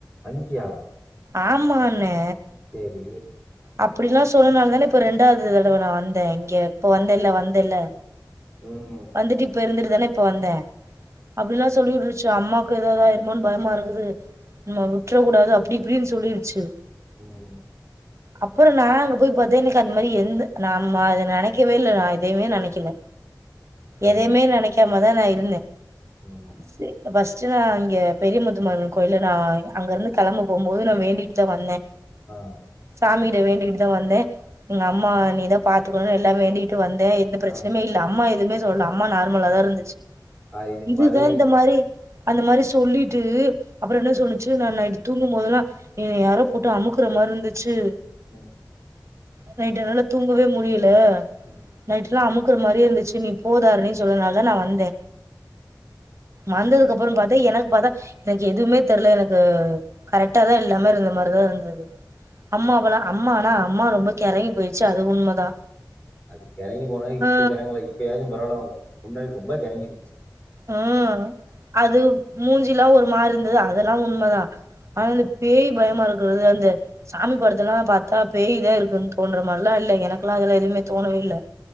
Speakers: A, on the left; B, on the right.
A: அங்கியா
B: ஆமான்னே
A: சேரி
B: அப்டிலா சொன்னனாலதானே இப்ப ரெண்டாவது தடவ நா வந்தே இங்க இப்போ வந்தேல்ல வந்தேல்ல
A: ம்,
B: வந்துட்டு இப்ப இருந்துரு தான இப்ப வந்தே அப்டிலா சொல்லிவுட்ருச்சு அம்மாக்கு ஏதாது ஆய்ருமோன் பயமா இருக்குது நம்ம விட்ற கூடாது அப்டி இப்டின் சொல்லிருச்சு
A: ம்
B: அப்றோ நா அங்க போய் பாத்தே எனக்கு அந்த மாரி எந்த நம்ம அத நெனைக்கவே இல்ல நா எதையிமே நெனைக்கல
A: ஆ,
B: எதையுமே நெனைக்காமதா நா இப் இருந்த
A: ம்,
B: சே ஃபஸ் அக்சுவலா இங்க பெரியமுத்து மாரியம்மன் கோயில்ல நா அங்கருந்து கெளம்பபோம் போது நா வேண்டிட்தா வந்தே
A: ஆ,
B: சாமிகிட்ட வேண்டிட்டு தா வந்தே எங்க அம்மா நீதா பாத்துக்கணு எல்லா வேண்டிட்டு வந் டேய் எந்த பிரச்சனியுமே
A: ஆ.
B: இல்ல அம்மா எதுமே சொல் அம்மா நார்மலாதா இருந்துச்சு
A: ஆ, இதுக்கு
B: இதுதா
A: பாரு அங்க-
B: இந்த மாரி அந்த மாரி சொல்லிட்டு அப்பறோ என்ன சொன்னுச்சு நா நைட்டு தூங்கும்போதெல்லா என்ன யாரோ போட்டு அமுக்குற மாரி இருந்து ச்சு
A: ம்
B: நைட் என்னால தூங்கவே முடி ல
A: ம்.
B: நைட்ல்லா அமு நிக்குற மாரியே இருந்துச்சு நீ போ தாரணி சொன்னனால தா நா வந்தே வந்ததுக்கு அப்றோ பாத்தா எனக்கு பாத்தா எனக்கு எதுவுமே தெர்ல எனக்கு கரெக்டா தா எல்லாமே இருந்த மாரிதா இருந்தது அம்மாவலா அம்மா ஆனா அம்மா ரொம்ப கெறங்கி போயிடுச்சு அது உண்மதா
A: அது கெறங்கி போன இப்ப
B: ஆ
A: கெறங்கல இப்ப யாச்சு பரவால முன்னாடி ரொம்ப கெறங்கிரு <inaudible>
B: ஊம் அது மூஞ்சில்லா ஒரு மாரி இருந்தது அதெல்லா உண்மதா ஆனாலு
A: ம்.
B: பேய் பயமா இருக்குறது அந்த சாமி படத்தெல்லா பாத்தா பேய்தா இருக்குனு தோன்ற மார்லா இல்ல எனக்கெல்லா அதெல்லா எதுவுமே தோணவே இல்ல